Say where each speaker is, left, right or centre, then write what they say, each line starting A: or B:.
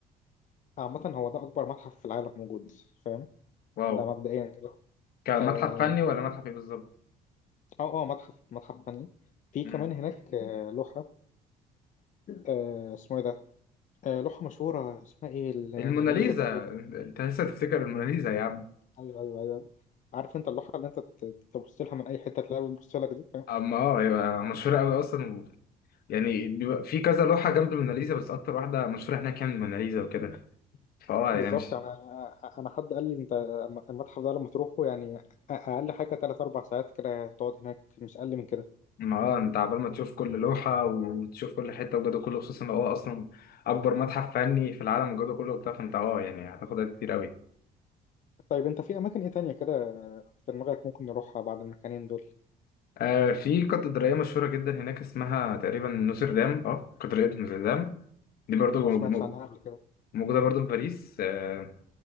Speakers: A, on the left; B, on the left.
A: عامة هو ده اكبر متحف في العالم موجود فاهم
B: واو
A: ده مبدئيا كده
B: كمتحف
A: آه،
B: فني ولا متحف ايه بالظبط
A: اه اه متحف متحف فني في
B: مم.
A: كمان هناك آه، لوحة آه، اسمه ايه ده آه، لوحة مشهورة اسمها ايه الموناليزا
B: الموناليزا
A: تقريبا
B: انت لسه تفتكر الموناليزا يا عم
A: ايوه ايوه ايوه عارف انت اللوحة اللي انت ت- تبص لها من اي حتة تلاقيها بتبص لك دي فاهم
B: اما اه يبقى مشهور قوي اصلا يعني بيبقى في كذا لوحة جنب الموناليزا بس أكتر واحدة مشهورة هناك يعني الموناليزا وكده فأه
A: بالظبط
B: يعني مش
A: انا انا حد قال لي انت المتحف ده لما تروحه يعني اقل حاجة 3 4 ساعات كده تقعد هناك مش اقل من كده
B: ما اه أنت عبال ما تشوف كل لوحة وتشوف كل حتة وجوده كله خصوصا لو هو أصلا أكبر متحف فني في العالم وجوده كله وبتاع فأنت أه يعني هتاخد وقت كتير أوي
A: طيب انت في اماكن ايه تانية كده في دماغك ممكن نروحها بعد المكانين دول
B: آه في كاتدرائية مشهورة جدا هناك اسمها تقريبا نوتردام أه كاتدرائية نوتردام دي برضو
A: ما سمعتش
B: م-
A: عنها قبل كده
B: موجودة برضو في باريس آه